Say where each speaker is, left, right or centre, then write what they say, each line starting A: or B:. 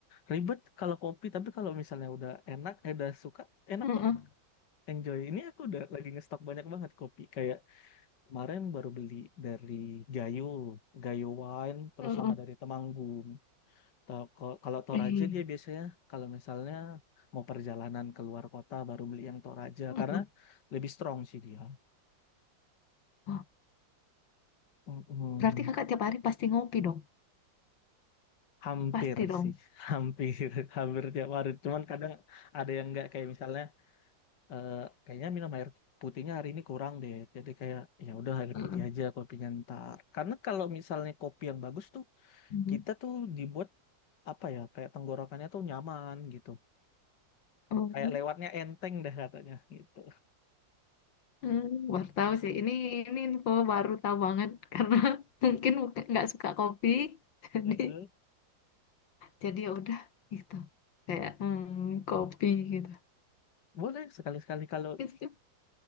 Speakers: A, on the left; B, on the left.
A: ribet kalau kopi tapi kalau misalnya udah enak eh udah suka enak
B: mm-mm.
A: banget enjoy ini aku udah lagi ngestok banyak banget kopi kayak kemarin baru beli dari Gayo Gayo Wine terus
B: Mm-mm.
A: sama dari Temanggung Tau- ko- kalau Toraja
B: Ih,
A: dia biasanya kalau misalnya mau perjalanan keluar kota baru beli yang Toraja
B: mm-mm.
A: karena lebih strong sih dia
B: Wah,
A: Mm-mm.
B: berarti kakak tiap hari pasti ngopi dong?
A: Hampir
B: Pasti dong.
A: sih, <laughs> hampir, hampir tiap hari. Cuman kadang ada yang nggak kayak misalnya, eh, kayaknya minum air putihnya hari ini kurang deh. Jadi kayak ya udah air
B: Mm-mm.
A: putih aja kopinya ntar. Karena kalau misalnya kopi yang bagus tuh,
B: Mm-mm.
A: kita tuh dibuat apa ya, kayak tenggorokannya tuh nyaman gitu.
B: Oh.
A: Kayak lewatnya enteng dah katanya gitu.
B: Hmm, baru tahu sih. Ini ini info baru tahu banget <laughs> karena mungkin buka- nggak suka kopi, <laughs> jadi
A: Heeh.
B: jadi ya udah gitu. Kayak hmm, kopi gitu.
A: Boleh sekali-sekali kalau
B: Gitu.